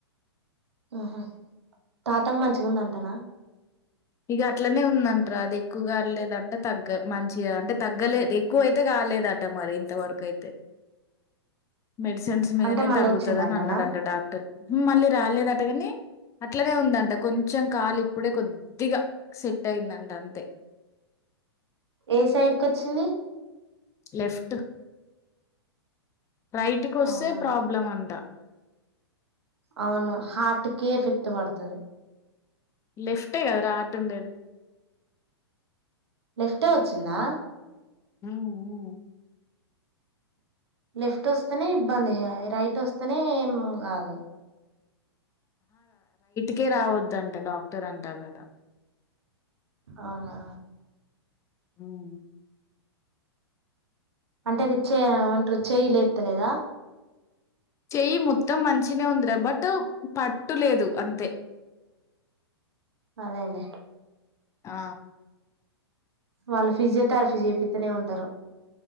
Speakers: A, on the right; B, on the left.
A: ఆహా తాతకు మంచిగుందంటన
B: ఇక అట్లనే ఉందంటరా అది ఎక్కువ కవలేదంట తగ్గ మంచిగా అంటే తగ్గలేదు ఎక్కువ అయితే కా లేదట మరి ఇంతవరకు ఐతే మెడిసిన్స్ మీదనే
A: అంటే మళ్ళ
B: తగ్గుతది
A: వచ్చిందంటనా
B: అని అన్నడంట డాక్టర్ మళ్ళీ రాలేదటగాని అట్లనే ఉందంట కొంచెం కాల్ ఇప్పుడే కొద్ ద్దిగా సెట్ అయిందంట అంతే
A: ఏ సైడ్ కొచ్చిందీ
B: లెఫ్ట్ రైట్కొస్తే
A: అవునా
B: ప్రాబ్లం అంట
A: అవును హార్ట్కే ఎఫెక్ట్ పడ్తది
B: లెఫ్టే కదారా హార్ట్ ఉండేది
A: లెఫ్టే వచ్చిందా
B: ఉమ్మ్ ఊ
A: లెఫ్ట్ వస్తేనే ఇబ్బందిగ రైట్ వస్తేనే ఏం గాదు
B: కే రావద్దంట డాక్టర్ అంటడట
A: అవున
B: అవును
A: అంటే ఇవి చే యంట్రు చేయి లేత్తలేదా
B: చెయ్యి మొత్తం మంచినే ఉందిరా బట్టు పట్టులేదు అంతే
A: అదేలె
B: ఆ
A: వాళ్ళు ఫిజియోతేరపీ చెప్పితనే ఉంటరు